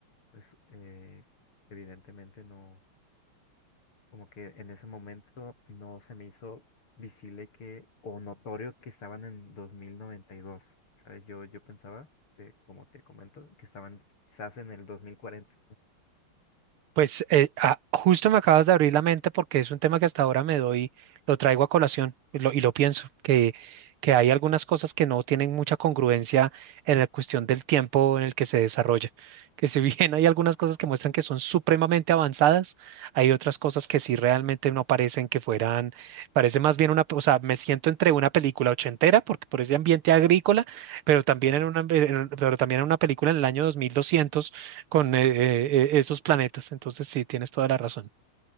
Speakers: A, on the left; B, on the right.
A: pues eh, evidentemente no, como que en ese momento no se me hizo visible que, o notorio que estaban en 2092, ¿sabes? Yo, yo pensaba, que, como te comento, que estaban quizás en el 2040.
B: Pues eh, ah, justo me acabas de abrir la mente porque es un tema que hasta ahora me doy, lo traigo a colación y lo, y lo pienso, que, que hay algunas cosas que no tienen mucha congruencia en la cuestión del tiempo en el que se desarrolla. Que si bien hay algunas cosas que muestran que son supremamente avanzadas, hay otras cosas que sí realmente no parecen que fueran, parece más bien una, o sea, me siento entre una película ochentera, porque por ese ambiente agrícola, pero también
A: Am,
B: en una, pero también en una película en el año 2200 con eh, eh, eh, esos planetas. Entonces, sí, tienes toda la razón.